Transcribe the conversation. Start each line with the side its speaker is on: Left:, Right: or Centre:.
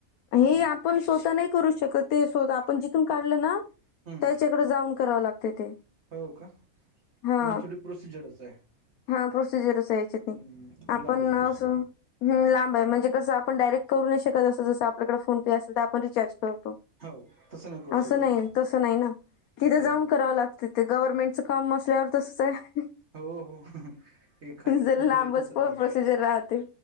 Left: हे
Right: हा
Left: आपण स्वतः नाही करू शकत तेत आपण जिथून काढलं ना
Right: हम्म
Left: त्याच्या डे जाऊन कराव लागते ते
Right: हो का म्हणजे
Left: हा
Right: थोडी प्रोसिजरच आहे
Left: हा प्रोसिजरच यायचेत नाही
Right: हम्म थोडी
Left: आपण
Right: लांबच प्रोसिजर
Left: अस हम लांब आहे म्हणजे कसं आपण डायरेक्ट करू नाही शकत असं जस आपल्याकडे फोन पे असेल तर आपण रिचार्ज करतो
Right: हो तसं नाही करू
Left: असं
Right: शकत
Left: नाही तस नाही ना तिथं
Right: बरोबर
Left: जाऊन करावं लागत ते गव्हर्नमेंटचं काम मसल्यावर तसंच आहे
Right: हो हो एा एक
Left: जर
Right: पुतरीतच
Left: लांबच प्रोसिजर
Right: राहत
Left: राहते